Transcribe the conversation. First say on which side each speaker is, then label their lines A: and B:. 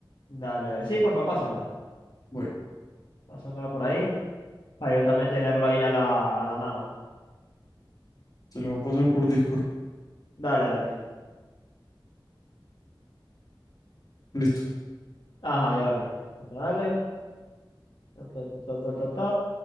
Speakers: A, on the left (about 65°); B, on the left (about 45°).
A: Dale, dale. Sí, porfa, pásamela.
B: Voy,
A: Pásamela por ahí, para yo también tenerlo ahí a la, a la mano.
B: te la voy a pasar por Discord.
A: Dale, dale.
B: Listo.
A: Ajá, ya la vi. Dale, dale. Ta, ta, ta, ta, ta.